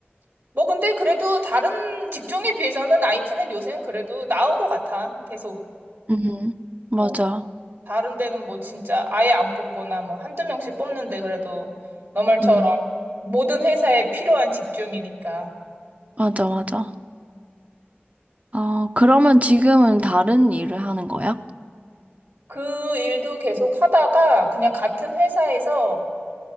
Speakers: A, on the right; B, on the right.
A: 뭐 근데 그래도 다른 직종에 비해서는 IT는 요새는 그래도 나은 것 같아 계속
B: 음, 맞아.
A: 뭐 다른 데는 뭐 진짜 아예 안 뽑거나 뭐 한두 명씩 뽑는데 그래도 너 말처럼
B: 음,
A: 모든 회사에 필요한 직종이니까.
B: 맞아, 맞아. 어, 그러면 지금은 다른 일을 하는 거야?
A: 그 일도 계속 하다가 그냥 같은 회사에서